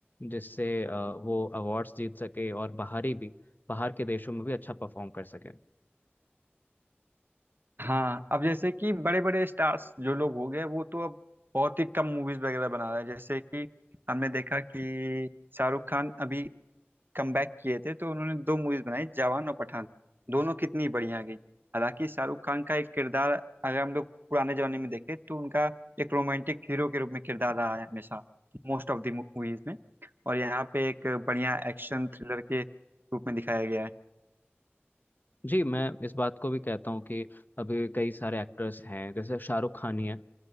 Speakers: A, on the left; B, on the right.
A: जिससे अ, वो अवार्ड्स जीत सके और बाहरी भी बाहर के देशों में भी अच्छा परफॉर्म कर सके
B: हाँ अब जैसे कि बड़े बड़े स्टार्स जो लोग हो गए वो तो अब बहुत ही कम मूवीज वगैरह बना रहे हैं जैसे कि हमने देखा कि शाहरुख खान अभी कमबैक किए थे तो उन्होंने दो मूवीज बनाई जवान और पठान दोनों कितनी बढ़िया गई हालांकि शाहरुख खान का एक किरदार अगर हम लोग पुराने जमाने में देखें तो उनका एक रोमांटिक हीरो के रूप में किरदार रहा है हमेशा मोस्ट ऑफ द मूवीज में और यहाँ पे एक बढ़िया एक्शन थ्रिलर के रूप में दिखाया गया है
A: जी मैं इस बात को भी कहता हूँ कि अभी कई सारे एक्टर्स हैं जैसे शाहरुख खान ही है